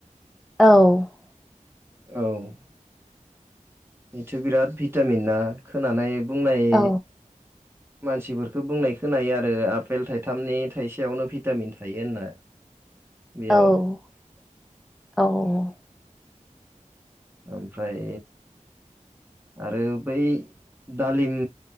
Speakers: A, in the centre; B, on the right (about 15°).
A: औ
B: औ बेथ' बिराद भिटामिन ना खोनानाय बुंनाय
A: औ
B: मानसिफोरखौ बुंनाय खोनायो आरो आफपेल थाइथामनि थाइसेयावनो भिटामिन थायो होनना बेयाव
A: औ औ औ।
B: ओमफ्राय आरो बै दालिम